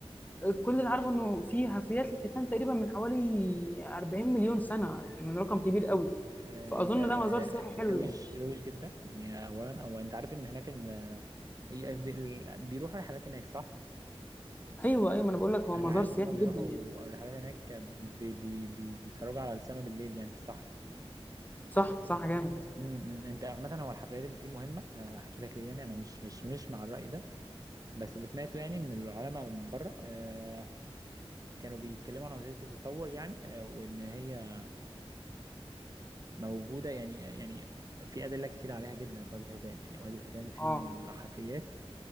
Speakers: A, on the left; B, on the right.
A: كل اللي عارفه انه في حفريات للحيتان تقريبا من حوالي 40 مليون سنه يعني من رقم كبير قوي
B: آه
A: فاظن
B: ده
A: ده مزار سياحي حلو
B: روج
A: يعني
B: روج جدا يعني اولا او انت عارف ان هناك ان آه، هي بي- بيروحوا رحلات هناك صح
A: ايوه ايوه ما انا بقول لك هو
B: انا
A: مزار
B: عارف
A: سياحي
B: ان هم بيروحوا
A: جدا يعني
B: رحلات هناك بي بي بي بيتفرجوا على السماء بالليل يعني في الصحراء
A: صح صح جامد
B: امم إمم. انت عامه هو الحفلات اللي فيه مهمه آه، احكي لك ليه يعني انا مش مش مش مع الراي ده بس اللي سمعته يعني ان العلماء بره آه، كانوا بيتكلموا عن نظريه التطور يعني آه، وان هي موجوده يعني آه، يعني في ادله كتير عليها جدا في وادي الحيتان يعني وادي الحيتان فيه
A: اه
B: الحفريات